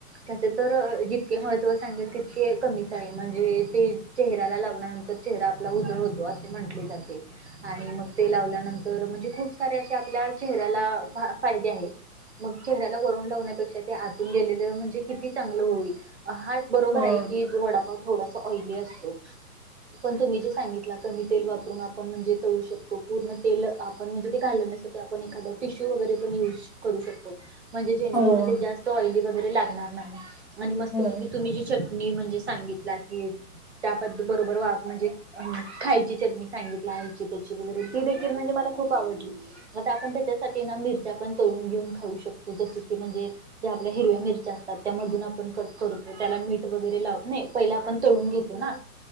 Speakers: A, on the right (about 45°); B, on the left (about 30°).
A: त्या चे तर महंत सांगेल तितके कमीच आहे म्हणजे ते चेहऱ्याला लावल्यानंतर चेहरा आपला उदळ होतो असे म्हंटले जाते आणि मग ते लावल्यानंतर म्हणजे खूप सारे असे आपल्या चेहऱ्याला फायदे आहेत. मग चेहऱ्याला वरून लावण्यापेक्षा ते आतून गेलेलं म्हणजे किती चांगलं होईल हा बरोबर
B: हा हो
A: आहे की वडापाव थोडासा ऑइली असतो. पण तुम्ही जे सांगितलं कमी तेल वापरून आपण म्हणजे तळू शकतो पूर्ण तेल आपण म्हणजे ते घालण्यासाठी आपण एखादा टिश्यू वगरे पण युज करू शकतो. म्हणजे जेणेकरून
B: हो
A: ते जास्त ऑइली वगैरे लागणार नाही आणि मस्तपैकी
B: हो
A: तुम्ही जी चटणी म्हणजे सांगितला की त्या पद् बरोबर म्हणजे खाय ची, सग त्यारे त दे म्हणजे मला खप आवडली आ आपण त्या मिर तळून तून घेऊन खाऊ शकतो जस की म्हणजे ज आपल्या हिरव्या मिरच्या असतात त्या मधून आपण कट करतो. त्याला मीठ वगरे लाव पहिला आपण तळून घेतो ना